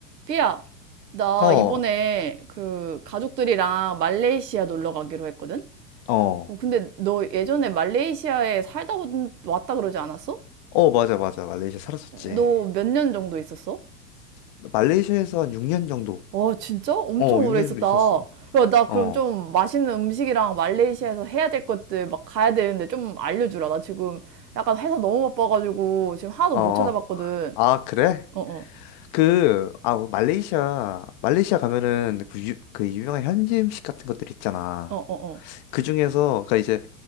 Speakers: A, on the right (about 75°); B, on the left (about 30°).
A: 삐야, 나
B: 어,
A: 이번에 그 가족들이랑 말레이시아 놀러 가기로 했거든?
B: 어,
A: 어, 근데 너 예전에 말레이시아에 살다 온- 왔다 그러지 않았어?
B: 어, 맞아, 맞아. 말레이시아 살았었지.
A: 너 몇 년 정도 있었어?
B: 나 말레이시아에서 한 6년 정도.
A: 와, 진짜? 엄청
B: 어, 6년
A: 오래 있었다.
B: 정도 있었어.
A: 야, 나
B: 어,
A: 그럼 좀 맛있는 음식이랑 말레이시아에서 해야 될 것들 막 가야 되는데 좀 알려주라. 나 지금 약간 회사 너무 바빠가지고 지금 하나도
B: 어,
A: 못
B: 어.
A: 찾아봤거든.
B: 아, 그래?
A: 어, 어,
B: 그, 아, 뭐 말레이시아, 말레이시아 가면은 그, 유, 그 유명한 현지 음식 같은 것들 있잖아.
A: 어, 어, 어.
B: 그 중에서, 그니까 이제,